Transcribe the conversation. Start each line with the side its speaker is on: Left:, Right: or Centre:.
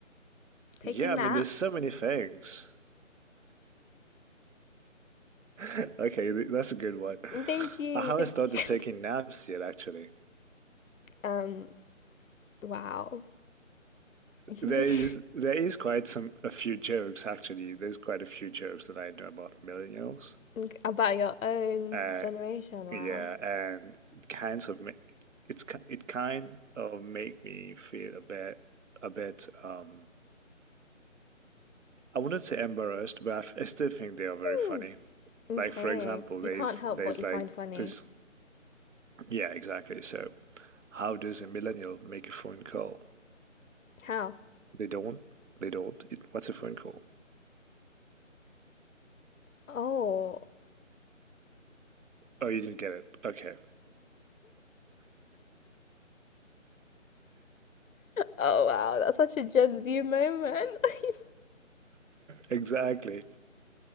Left: Taking
Right: Yeah,
Left: naps.
Right: I mean, there's so many things. Okay, th- that's a good one. <laughs>
Left: Thank you,
Right: I haven't
Left: thank
Right: started
Left: you.
Right: taking naps yet, actually.
Left: <laughs> um, wow. You
Right: There
Left: need
Right: is
Left: to
Right: there is quite some a few jokes actually. There's quite a few jokes that I know about millennials.
Left: think about your own
Right: Uh,
Left: generation. Wow.
Right: yeah, and it kind of ma- it's ki- it kind of make me feel a bit a bit. Uh, I wouldn't say embarrassed, but I f- I still think they are very funny.
Left: Hmm. Okay.
Right: Like for example,
Left: You
Right: there's
Left: can't help
Right: there's
Left: what you
Right: like
Left: find funny.
Right: this Yeah, exactly. So, how does a millennial make a phone call?
Left: How?
Right: They don't. They don't. It, what's a phone call?
Left: Oh.
Right: Oh, you didn't get it. Okay,
Left: Oh wow, that's such a Gen Z moment. <laughs>
Right: exactly.